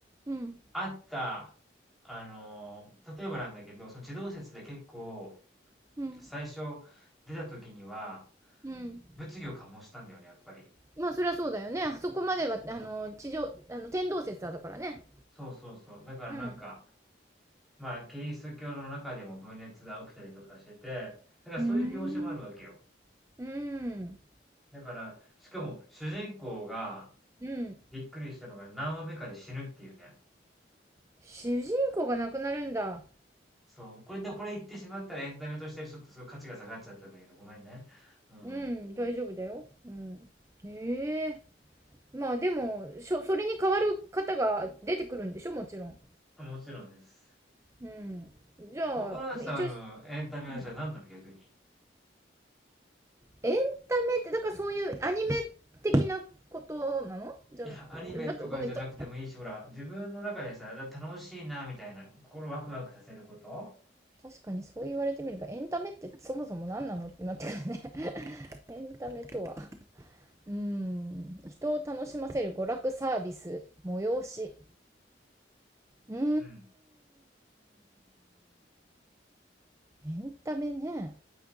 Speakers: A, on the right; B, in the centre.
A: うん。
B: あった、あの、例えばなんだけど、その地動説で結構、
A: うん。
B: 最初出た時には、
A: うん。
B: 物議を醸したんだよね、やっぱり。
A: まあそりゃそうだよね。あそこまでは、あの、地上、あの、天動説だからね。
B: そうそうそう。だからなんか、
A: うん。
B: まあ、キリスト教の中でも分裂が起きたりとかしてて、だからそういう描写もあるわけよ。
A: うーん。うん。
B: だから、しかも主人公が
A: うん。
B: びっくりしたのが何話目かで死ぬっていうね。
A: 主人公が亡くなるんだ。
B: そう。これ、でもこれ言ってしまったらエンタメとしてちょっとそごいう価値が下がっちゃったんだけど、ごめんね。うん。
A: うん。大丈夫だよ。うん。ええまあでも、しょ、それに代わる方が出てくるんでしょもちろん。
B: もちろんです。
A: うん。じゃあ、
B: 若林さんのエンタメはじゃあ何なの逆に。
A: 一応、うん、エンタメって、だからそういうアニメ的なことなのじゃなく、
B: いや、アニメとかじゃなくてもいいし、
A: なんかごめん、と、
B: ほら、自分の中でさ、楽しいな、みたいな、心ワクワクさせること
A: 確かにそう言われてみれば、エンタメってそもそも何なのってなってくるね <laughs> エンタメとは、うーん、人を楽しませる娯楽サービス、催し。うーん、
B: うん。
A: エンタメね。